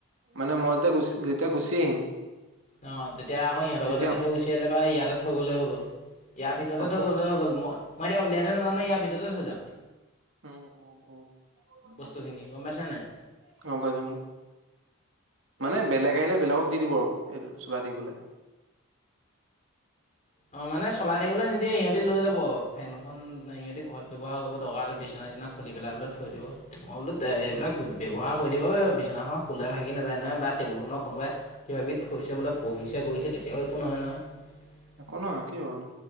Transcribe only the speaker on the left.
অ তেতিয়া আকৌ ইহঁতৰ
ঘৰতে দি থৈ গুচি আহিলে বা ইয়াতে থৈ গ'লে হ'ল। ইয়াৰ ভিতৰতে
থৈ গ'লে হৈ গ'ল মই মই এতিয়া উলিয়াই থয় নাজানাই ইয়াৰ ভিতৰতে থৈ যাম।
বস্তুখিনি গম পাইছা নাই?
অ মানে চলাই থাকিবলৈ নিদি ইহঁতে লৈ যাব। ফেনখন ইহঁতে ঘৰত ব্যৱহাৰ কৰিব দৰকাৰ হ'লে বিচনা <unintelligible> বিলাক খুলি পেলাই বোলে থৈ দিব। মই বোলো এইবিলাক
ব্যৱহাৰ কৰি দিব। বিছনাখন খুলাই ভা। নাযায় নয় টেবুল খনৰ কোনোবাই কিবা কিবি থৈছে বোলে পঢ়িছে। তেওঁৰ একো নহয় নহয়।